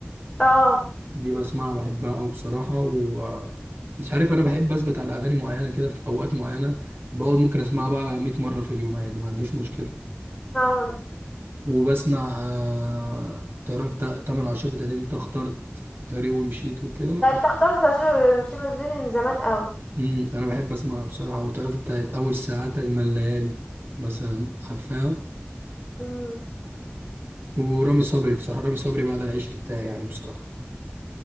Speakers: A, on the left (about 15°); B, on the right (about 60°).
A: اه
B: دي بسمعها بحبها أوي بصراحة و مش عارف أنا بحب أثبت على أغاني معينة كده في أوقات معينة بقعد ممكن أسمعها بقى 100 مرة في اليوم عادي ما عنديش مشكلة
A: اه
B: وبسمع آه، تعرف تا- تامر عاشور بتاعت انت اخترت طريق ومشيت وكده
A: لا انت اخترت شيماء دي من زمان قوي
B: امم انا بحب اسمعها بصراحه وتعرف بتاعت اول ساعات اجمل ليالي مثلا عارفاها
A: امم
B: ورامي صبري بصراحه رامي صبري بعد العشق بتاعي يعني بصراحه